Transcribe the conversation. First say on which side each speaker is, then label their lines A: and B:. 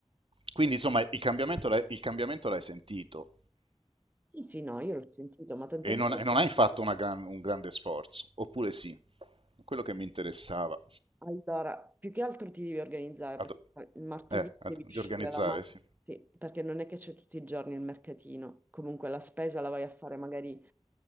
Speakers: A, on the right (about 60°); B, on the right (about 15°).
A: Quindi, insomma, il cambiamento l'hai il cambiamento l'hai sentito
B: sì, sì, no, io l'ho sentito, ma tant'è
A: e non,
B: vero.
A: e non hai fatto una gran- un grande sforzo, oppure sì, quello che mi interessava.
B: Allora, più che altro ti devi organizzare
A: Ad-
B: perché il martedì
A: eh, ad-
B: devi
A: di
B: uscire
A: organizzare,
B: la mattina,
A: sì.
B: sì, perché non è che c'è tutti i giorni il mercatino. Comunque la spesa la vai a fare magari